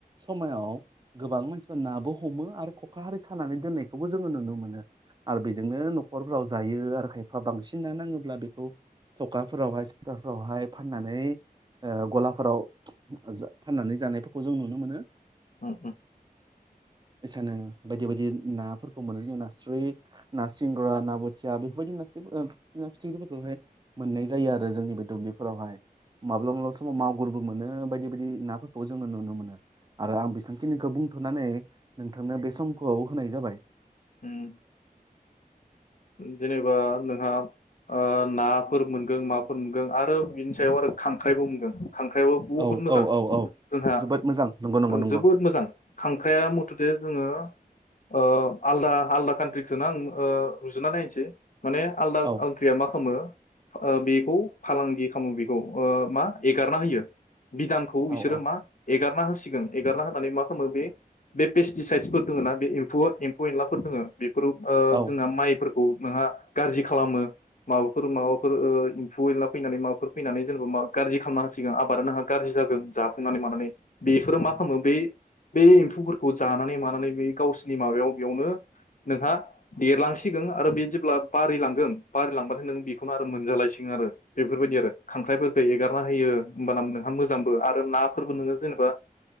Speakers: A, on the right; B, on the left.
A: समायाव गोबां मानसिफोरना हमो आरो ख'खा हारि सानानै दोननायखौबो जोङो नुनो मोनो आरो बेजोंनो न'खरफ्राव जायो आरो खायफा बांसिन ना नाङोब्ला बेखौ थखाफोराव फोरावहाय फाननानै ओ गलाफोराव फाननानै जानायफोरखौ जों नुनो मोनो
B: उम-उम
A: एसानो बायदि बायदि नाफोर कुमल नारस्रि <unintelligible> <inaudible> ना सिंगोरा ना बो जा बेफोरायदि ना ओ ना फिथिख्रिफोरखौहाय मोननाय जायो आरो जोंनि बे दुब्लिफोरावहाय माब्लाबा माब्लाबा समाव मगुरबो मोनो बायदि बायदि नाफोरखौ जोङो नुनो मोनो आरो आं बे बुंथ'नानै नोंथांनो बे सम औ होनाय जाबाय।
B: अम। जेनेबा नोंहा नाफोर मोनगोन माफोर मोनगोन आरो बिनि सायाव आरो खांख्राइबो मोनगोन। खांख्राइाबो बुहुद
A: औ
B: मोजां
A: औ औ औ
B: जोंहा
A: जोबोद मोजां नंगौ नंगौ नंगौ
B: जोबोद मोजां खांख्राइाया मथदे जोङो अ आलदा -आलदा कान्ट्रिसोन आं रुजुना नायनोसै माने आलदा
A: औ
B: कानत्तिआ मा खालामो बेखौ फालांगि खालामो बेखौ मा एगारना होयो। बिधानखौ
A: औ
B: बिसोरो
A: औ
B: मा एगार' -गारना होसिगोन एगारना होनानै मा खालामो बे पेस्टिसाइदसफोर दङ ना बे एम्फौ एम्फौ -एनलाफोर दोङो बेफोराव
A: औ
B: जोंना माइ फोरखौ नोंहा गारजि खालामो माबाफोर -माबाफोर अ एम्फौ - ऐनला फैनानै माबाफोर जेनेबा गाज्रि खालामना होसिगोन आबादा नोंहा गारजि जादों जाफूनानै मानानै बेफोरो मा खामो बे-बे एमबु फोरखौ जानानै मानानै बै गावसिनि माबायाव नोंहा देरलांसिगोन सिगोन आरो बे जेब्ला बारि लांगोन -बारि लांबानो नों बेखौनो आरो मोनजालायसिगोन आरो बेफोरबायदि आरो खांख्राइफोरखौ एगारना होयो होमबाना नोंहा मोजांबो आरो नाफोरबो नोङो जेनेबा